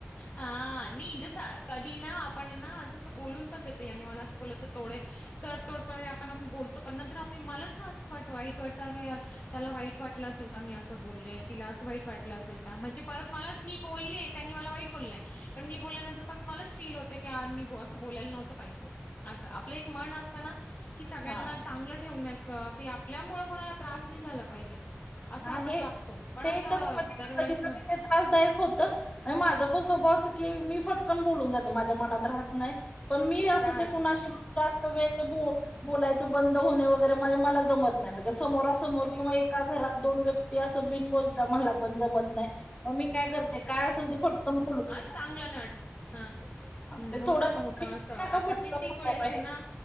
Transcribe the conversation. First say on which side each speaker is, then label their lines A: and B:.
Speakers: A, on the left (about 45°); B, on the left (about 25°).
A: हा नी जस कधी ना, आपण ये ना जसं बोलुन पण देतो. यानी मला असं बोललं तर थोडेनं, सर तोड आपण आपण बोलतो पण नंतर आप मला ना असंच वाट वाईट वाटतं अरे यार त्याला वाईट वाटलं असेल का मी असं बोलले. तिला असं वाईट वाटलं असेल का म्हणजे परत मलाच मी बोलले, त्यांनी मला वाईट बोललंय, पण मी बोलल्यानंतर मलाच फील होतय यार मी बो असं बोलायला नव्हतं पाहिजे होत. असं आपलं एक मन असत ना की, सगळ्यांना
B: हा
A: चांगलं ठेवण्याचं की, आपल्यामुळ कोणाला त्रास नय झाला पाहिजे. असं
B: हा
A: आपण
B: हे
A: वागतो. पण
B: ते
A: असं
B: कसं म्हणजे
A: दरवेळेस
B: कधी
A: न
B: कधी ते त्रासदायक होत. अनं माझा पण स्वभाव अस की, मी फटकन बोलून जाते. माझ्या मनात राहत नाय. पण मी असं
A: राहत
B: ते कुणाशी
A: नाही ह.
B: जास्त वेळ बो बोलायचं बंद होणे वगैरे म्हणजे मला जमत नाय. म्हणजे समोरासमोर किंवा एका घरात दोन व्यक्ती असं बिन बोलता मला पण जमत नाय. मग मी करते. काय असल ते पटकन बोलूण
A: चांगल ना वाट हा हूं
B: ते
A: होत
B: थोडं
A: ना होत असं आता
B: नका फटकन
A: कित्यीक
B: स्वभाव
A: वेळेस
B: आहे
A: ये ना